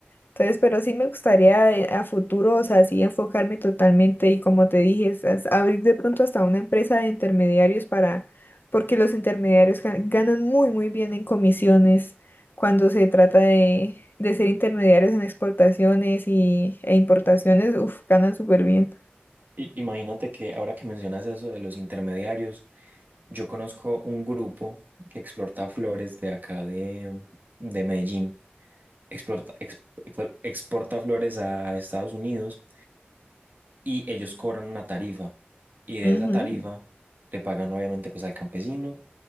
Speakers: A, on the left; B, on the right.
A: Entonces, pero sí me gustaría eh, a futuro, o sea, sí enfocarme totalmente y como te dije, es- es abrir de pronto hasta una empresa de intermediarios para, porque los intermediarios gan- ganan muy, muy bien en comisiones cuando se trata de, de ser intermediarios en exportaciones y, e importaciones, uf, ganan súper bien.
B: I- imagínate que ahora que mencionas eso de los intermediarios, yo conozco un grupo que exporta flores de acá de, de Medellín, exporta, ex- exporta flores a Estados Unidos y ellos cobran una tarifa y de
A: Ujú.
B: esa tarifa le pagan obviamente pues al campesino,